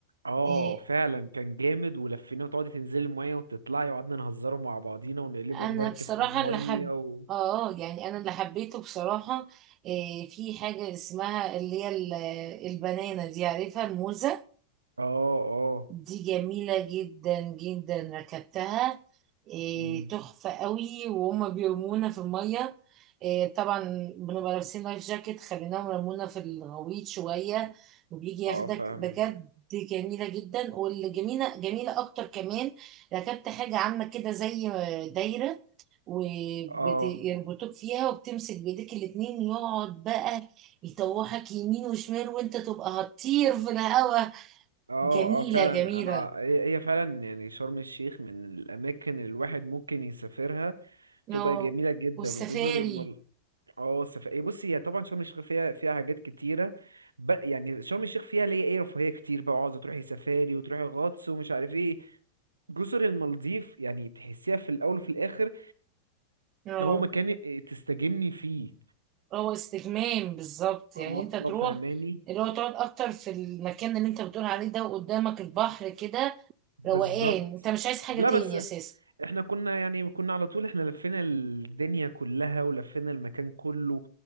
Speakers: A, on the right; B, on the right.
A: اه
B: آه،
A: فعلا كان جامد ولفيناه وتقعدي تنزلي المية وتطلعي وقعدنا نهزره مع بعضينا ونقلبوا
B: انا
A: المركب
B: بصراحه
A: في المية
B: اللي حب
A: و...
B: اه يعني انا اللي حبيته بصراحه إيه في حاجه اسمها اللي هي ال- البنانه دي عارفها الموزه
A: اه اه
B: دي جميله جدا جدا ركبتها إيه
A: مم.
B: تحفه قوي وهما بيرمونا في الميه إيه طبعا بنبقى لابسين لايف جاكيت خليناهم يرمونا في الغويط شويه وبيجي ياخدك
A: اه فاهمك
B: بجد جميله جدا واللي جميله جميله اكتر كمان ركبت حاجه عامله كده زي دايره وبت...
A: اه
B: يعني بتوك فيها وبتمسك بايديك الاتنين يقعد بقى يطوحك يمين وشمال وانت تبقى هتطير في الهوا
A: اه
B: جميلة
A: اه فعلا
B: جميلة
A: انا هي هي فعلا يعني شرم الشيخ من الاماكن اللي الواحد ممكن يسافرها تبقى
B: اه
A: جميلة جدا
B: والسفاري
A: وجزر المل اه سف... إيه بصي هي طبعا شرم الشيخ فيها فيها حاجات كتيرة ب... يعني شرم الشيخ فيها اللي هي ايه رفاهية كتير بقى عاوزة تروحي سفاري وتروحي غطس ومش عارف ايه جزر المالديف يعني تحسيها في الأول وفي الآخر
B: اه
A: ده هو مكان تستجمي فيه
B: هو استجمام بالظبط
A: اه
B: يعني انت تروح
A: آه، فاهماني
B: اللي هو تقعد اكتر في المكان اللي انت بتقول عليه ده وقدامك البحر كده
A: بالظبط
B: روقان انت مش عايز حاجة
A: لا
B: تاني
A: بس
B: اساسا
A: احنا كنا يعني كنا على طول احنا لفينا الدنيا كلها ولفينا المكان كله